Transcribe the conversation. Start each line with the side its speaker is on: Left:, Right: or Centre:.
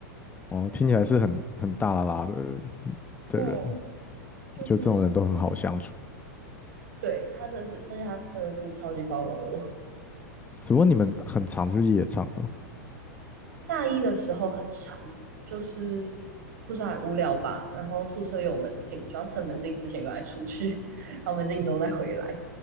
Left: 哦，听起来是很很大啦啦的的人，
Right: 嗯，就是
Left: 就这种人都很好相处。
Right: 对他真的是，而且他真的是超级包容我。
Left: 只不过你们很常去夜场哦。
Right: 大一的时候很长，就是不知道无聊吧，然后宿舍又有门禁，就要趁门禁之前赶快出去，然后门禁之后再回来。